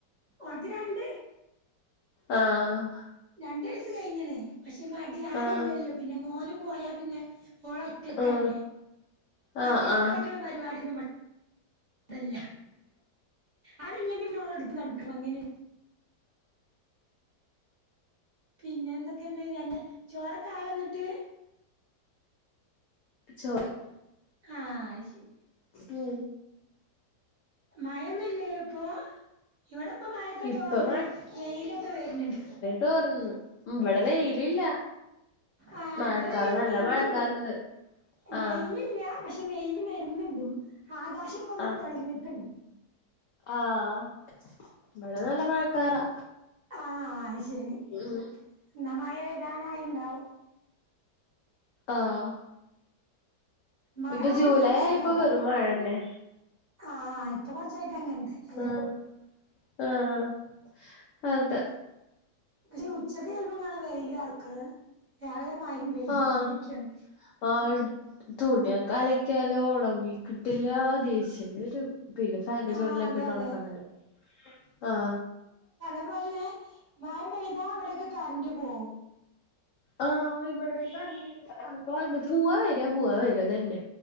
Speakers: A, on the right; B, on the left.
A: ഓൾക്ക് രണ്ട്
B: ആഹ്
A: രണ്ട് വയസ്സ് കഴിഞ്ഞ്ണ് പക്ഷെ മട്യാ ആരുല്ലല്ലോ
B: ആഹ്
A: പിന്നെ മോനും പോയാ പിന്നെ ഓള് ഒ റ്റക്കല്ലേ
B: ആഹ് ആഹ്
A: ഒറ്റക്ക്
B: ആഹ്
A: കളിക്കണ പരിപാടി ഒന്നുബ ടെല്ല ആരുല്ലെങ്കി പിന്നെ ഓളെട്ത്ത് നടക്കണം അങ്ങനെ പിന്നെന്തൊക്കെണ്ട് രണ്ട് ചോറൊക്കായോ ഇന്നട്ട്
B: ചോറ്
A: ആഹ് അത് ശെരി
B: മ്മ്
A: മഴൊന്നും ഇല്ലല്ലോ ഇപ്പൊ ഇവിടെപ്പ മഴൊക്കെ
B: ഇപ്പ
A: തോർന്ന് വെയിലൊക്കെ വര്ന്ണ്ട്
B: തോറ്ന്ന് ഇബടെ വെയ്ലില്ല
A: ആഹ്
B: മഴക്കാറ്
A: ഇവിടെ വെയില്
B: നല്ല
A: വരുന്നുണ്ട്
B: മഴക്കാറ്ണ്ട്
A: വെയിലില്ല
B: ആഹ്
A: പക്ഷെ വെയില് വര്ന്ന്ണ്ട് ആകാശൊക്കൊന്ന്
B: ആഹ്
A: തെളിഞ്ഞ്ട്ട്ണ്ട്
B: ആഹ് ഇബടെ നല്ല മഴക്കാറാ
A: ആഹ് അത് ശെരി
B: ഉം
A: ഇന്നാ മയ വരാനായിണ്ടാവും
B: ആഹ്
A: മഴാകുമ്പോ
B: ഇപ്പൊ ജൂലൈ
A: നല്ല
B: ആയപ്പോ
A: സുഖാ ബ
B: വെറും മഴന്നെ
A: ആഹ് ഇപ്പൊ കൊറച്ചായിട്ട് അങ്ങനെ തന്നെ
B: ആഹ് ആഹ് ആഹ് അതെ
A: ക്ഷേ ഉച്ചക്ക് ചെലപ്പം കാണ വെയില് അറ്ക്ക്ണ് രാവിലെ മഴിം പെയ്യും
B: ആഹ്
A: അങ്ങനെയൊക്കെയാണ്
B: <unintelligible> തുണിയൊക്കെ അലക്കിയാലോ ഒണങ്ങിക്കിട്ടില്ല ദേഷ്യം വരും പിന്നെ ഫാന്റെ ചോടിലൊക്കെ
A: ആ അതെ
B: ഇട്ട്
A: അതെ
B: ഉണക്കാആനോരം. ആ
A: അതുപോലെ മഴ പെയ്താ അവിടെയൊക്കെ കറന്റ് പോവും.
B: ആ ഇവിടെ കരണ്ടില്ല. പോവാ വര പോവാ വര ഇത് തന്നെ.